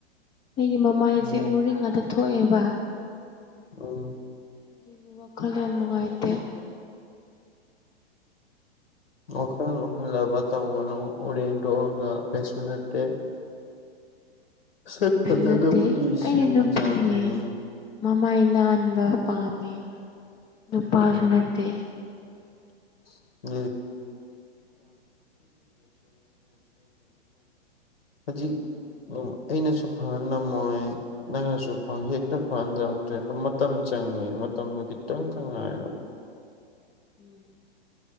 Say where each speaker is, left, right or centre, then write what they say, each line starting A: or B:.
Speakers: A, on the left; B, on the left.
A: ꯑꯩꯒꯤ ꯃꯃꯥꯏꯁꯦ
B: ꯎꯝ
A: ꯎꯔꯤꯡ ꯉꯥꯛꯇ ꯊꯣꯛꯑꯦꯕ
B: ꯑꯣ
A: ꯑꯗꯒꯤ ꯋꯥꯈꯜꯗꯣ ꯌꯥꯝ ꯅꯨꯡꯉꯥꯏꯇꯦ
B: ꯋꯥꯈꯜ ꯍꯜꯂꯕ ꯇꯧꯒꯅꯨ ꯎꯔꯤꯡꯗꯣꯛꯑꯒ ꯀꯩꯁꯨ ꯅꯠꯇꯦ ꯁꯛ
A: ꯀꯩꯁꯨ
B: ꯐꯖꯅꯕꯨꯗꯤ
A: ꯅꯠꯇꯦ
B: ꯁꯦꯝꯕ
A: ꯑꯩꯗꯤ ꯅꯨꯄꯤꯅꯤ
B: ꯌꯥꯕꯅꯦ
A: ꯃꯃꯥꯏ ꯅꯥꯟꯕ ꯄꯥꯝꯃꯦ ꯅꯨꯄꯥꯁꯨ
B: ꯐꯩꯌꯦꯅꯦ
A: ꯅꯠꯇꯦ
B: <unintelligible> ꯍꯧꯖꯤꯛ ꯗꯨ ꯑꯩꯅꯁꯨ ꯐꯪꯍꯟꯂꯝꯃꯣꯏ ꯅꯪꯅꯁꯨ ꯐ ꯍꯦꯛꯇ ꯐꯍꯟꯖꯕꯗ꯭ꯔꯦ ꯑꯗꯨ ꯃꯇꯝ ꯆꯪꯉꯦ ꯃꯇꯝꯗꯣ ꯈꯤꯇꯪ ꯇꯛ ꯉꯥꯏꯔꯣ
A: ꯎꯝ